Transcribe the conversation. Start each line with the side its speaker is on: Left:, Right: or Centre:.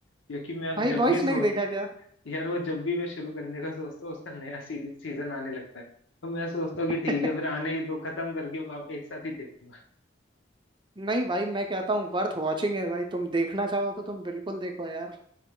Left: क्योंकि मैं
Right: भाई
Left: जब
Right: बॉयज
Left: भी सोच
Right: नहीं देखा क्या
Left: यार वो जब भी मैं शुरू करने का सोचता हूँ उसका नया सीरीज सीजन आने लगता है तो मैं सोचता हूँ कि
Right: <laughs>
Left: ठीक है फिर आने ही दो खत्म करके आप एक साथ ही देखूंगा
Right: नहीं भाई मैं कहता हूँ वर्थ वॉचिंग है भाई तुम देखना चाहो तो तुम बिल्कुल देखो यार